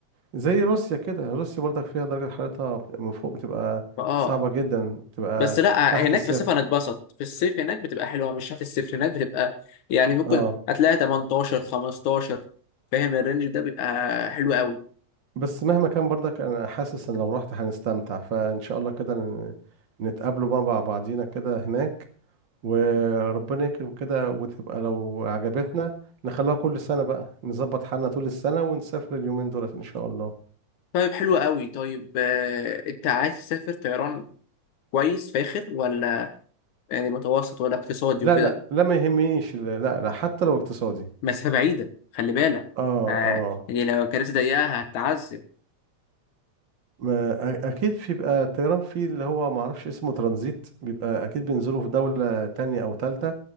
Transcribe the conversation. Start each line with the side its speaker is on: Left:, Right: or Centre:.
Right: زي روسيا كده روسيا برضك فيها درجة حرارتها بت- من فوق بتبقى
Left: فاه
Right: صعبة جدا بتبقى
Left: بس لا
Right: تحت
Left: هناك
Right: الصفر
Left: في الصيف هنتبسط في الصيف هناك بتبقى حلوه مش تحت الصفر هناك بتبقى يعني ممكن
Right: اه
Left: هتلاقي 18 15 فاهم الرينج ده بيبقى حلو قوي
Right: بس مهما كان برضك انا حاسس ان لو رحت هنستمتع فان شاء الله كده ن- نتقابلوا بقى مع بعضينا كده هناك وربنا يكرم كده وتبقى لو عجبتنا نخليها كل سنة بقى نظبط حالنا طول السنة ونسافر اليومين دولت إن شاء الله
Left: طيب حلو قوي طيب آه، انت عايز تسافر طيران كويس فاخر ولا يعني متوسط ولا اقتصادي
Right: لا
Left: وكده
Right: لا لا ما يهمنيش لا لا لا، حتى لو اقتصادي
Left: مسافة بعيدة خلي بالك
Right: اه
Left: ها،
Right: اه
Left: يعني لو الكراسي ضيقة هتتعذب
Right: ما أ- اكيد بيبقى الطيران فيه اللي هو ما اعرفش اسمه ترانزيت بيبقى اكيد بينزلوا في دولة تانية او تالتة